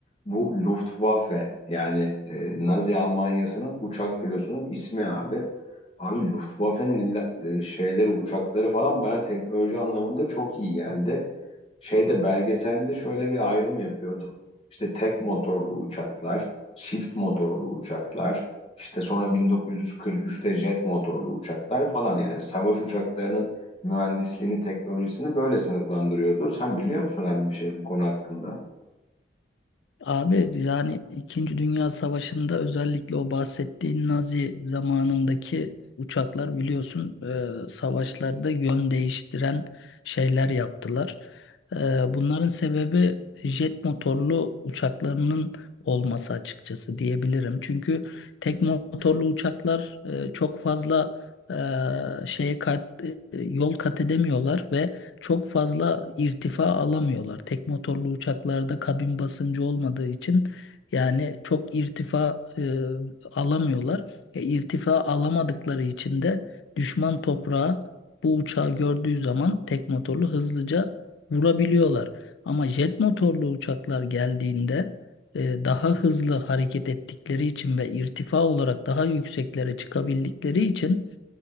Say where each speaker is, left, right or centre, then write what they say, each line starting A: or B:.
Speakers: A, on the left; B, on the left.
A: Bu Luftwaffe yani e, Nazi Almanya'sının uçak filosunun ismi abi. Abi Luftwaffe'nin illa- e, şeyleri uçakları falan bana teknoloji anlamında çok iyi geldi. Şeyde belgeselde şöyle bir ayrım yapıyordu. İşte tek motorlu uçaklar, çift motorlu uçaklar, işte sonra 1943'te jet motorlu uçaklar falan yani savaş uçaklarının mühendisliğini, teknolojisini böyle sınıflandırıyordu. Sen biliyor musun abi bir şey bu konu hakkında?
B: Abi yani İkinci Dünya Savaşı'nda özellikle o bahsettiğin Nazi zamanındaki uçaklar biliyorsun e, savaşlarda yön değiştiren şeyler yaptılar. E, bunların sebebi jet motorlu uçaklarının olması açıkçası diyebilirim. Çünkü tek motorlu uçaklar e, çok fazla e, şeye kat, e, yol kat edemiyorlar ve çok fazla irtifa alamıyorlar. Tek motorlu uçaklarda kabin basıncı olmadığı için yani çok irtifa e, alamıyorlar. E, irtifa alamadıkları için de düşman toprağı bu uçağı gördüğü zaman tek motorlu hızlıca vurabiliyorlar. Ama jet motorlu uçaklar geldiğinde e, daha hızlı hareket ettikleri için ve irtifa olarak daha yükseklere çıkabildikleri için